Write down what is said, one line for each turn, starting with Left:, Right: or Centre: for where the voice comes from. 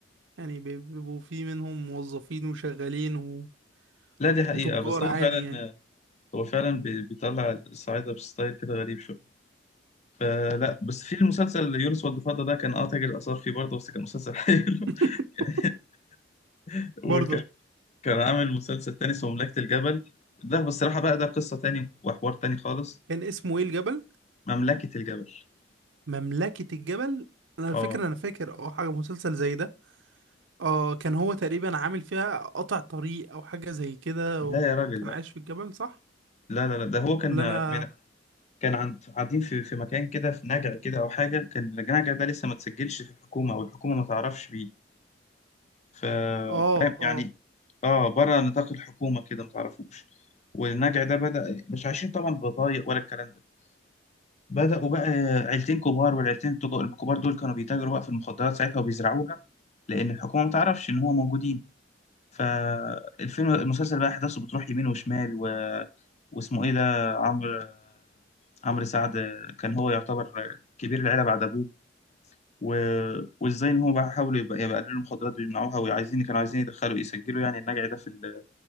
Right: يعني بي- بيبقوا في منهم موظفين وشغالين و...
Left: لا دي حقيقة
Right: وتجار
Left: بس هو
Right: عادي
Left: فعلا
Right: يعني
Left: هو فعلا بي- بيطلع الصعايدة بستايل كده غريب شوية فلا بس في المسلسل يونس والضفادع ده كان اه تاجر آثار فيه برضه بس كان مسلسل حلو
Right: <laughs>
Left: <laughs> وكان
Right: برضه
Left: كان عامل مسلسل تاني اسمه مملكة الجبل ده بصراحة بقى ده قصة تاني وحوار تاني خالص
Right: كان اسمه ايه الجبل
Left: مملكة الجبل
Right: مملكة الجبل انا على
Left: اه
Right: فكرة انا فاكر اه حاجة مسلسل زي ده اه كان هو تقريبا عامل فيها قطع طريق او حاجة زي كده
Left: لا
Right: وكان
Left: يا راجل لا
Right: عايش في الجبل صح
Left: لا لا, لا. ده هو كان
Right: ولا انا
Left: من كان عند قاعدين في في مكان كده في نجع كده او حاجة كان النجع ده لسه ما تسجلش في الحكومة او الحكومة ما تعرفش بيه ف-
Right: اه
Left: فاهم يعني
Right: اه
Left: اه بره نطاق الحكومه كده ما تعرفوش والنجع ده بدا مش عايشين طبعا ببضايق ولا الكلام ده بداوا بقى عيلتين كبار والعيلتين التج- الكبار دول كانوا بيتاجروا بقى في المخدرات ساعتها وبيزرعوها لان الحكومه ما تعرفش ان هو موجودين فالفيلم المسلسل بقى احداثه بتروح يمين وشمال و... واسمه ايه ده عمرو عمرو سعد كان هو يعتبر كبير العيله بعد ابوه و... وازاي ان هو بقى حاولوا يبقى يبقى يقللوا المخدرات ويمنعوها وعايزين كانوا عايزين يدخلوا يسجلوا يعني النجع ده في ال...